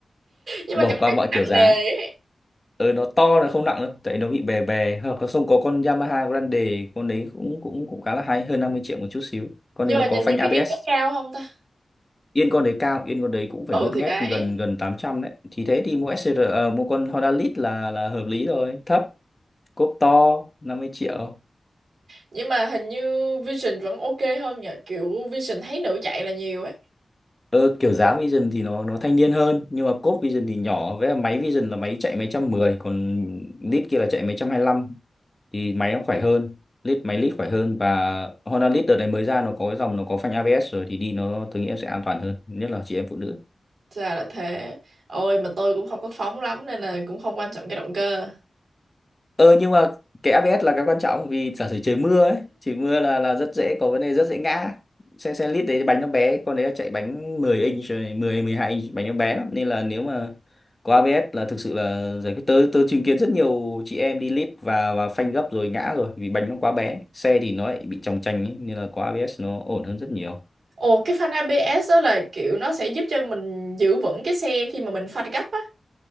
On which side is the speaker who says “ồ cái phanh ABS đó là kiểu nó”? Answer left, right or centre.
Right